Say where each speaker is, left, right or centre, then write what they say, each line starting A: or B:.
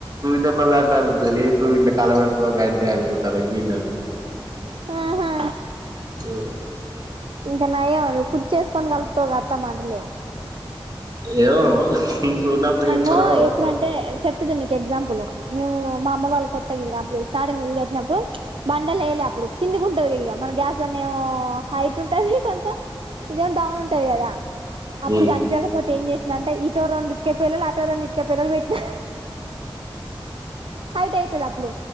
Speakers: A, on the right; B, on the right.
A: చెప్పల్ తవిటితో లేేపు ఇట్లో కలబెడతు అంటే అనుకుంటారు గిన్నెలో
B: ఆహా
A: ఓ
B: ఇంకా నయ నువ్ కూర్చుకొని కలుపుతగా అత్తమ్మ అంటలేవు
A: ఏమో చూడనప్పుడు చేత్తరో
B: అంగో ఎప్పుడు అంటే చెప్తు చూడు నీకి ఎగ్జాపుల్ ఒకటి మీ మా అమ్మ వాళ్ళు కొత్తగా వెళ్ళినప్పుడు స్టార్టింగ్ ఇల్లు కట్టినప్పుడు బండలు వేలేప్పుడు కింది ఉంటుంది మన గ్యాస్ కొని ఏమో హైట్ ఉంటది కొంచెం ఇదే డౌన్ ఉంటది కదా అప్పుడు
A: ఉమ్
B: కనిపకపోతే ఏం చే అంటే ఇటు రెండు ఈట్ పేలల ఆటవ రెండిటికీ పేలలు బెట్నా హైట్ అయితది అప్పుడు